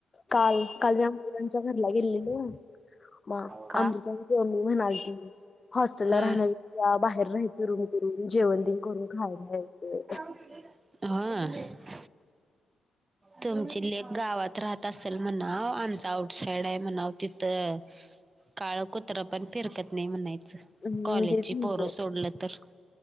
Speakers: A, on the left; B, on the right.
A: काल काल मी अमृतांच्या घरला गेलेलो म
B: का
A: अमृतांची मम्मी म्हणालती, हॉस्टेलला
B: हा
A: राहण्यापेक्षा बाहेर राहायचं रुम करून, जेवण तेन करून खायला येतंय.
B: हा तुमची लेक गावात राहत अस ल म्हणाव आमचं आउटसाइड आहे म्हणाव तिथं. काळं कुत्र पण फिरकत नाही म्हणाय च
A: हम्म
B: कॉलेजची
A: तेच म्हणलो
B: पोरं सोडलं तर.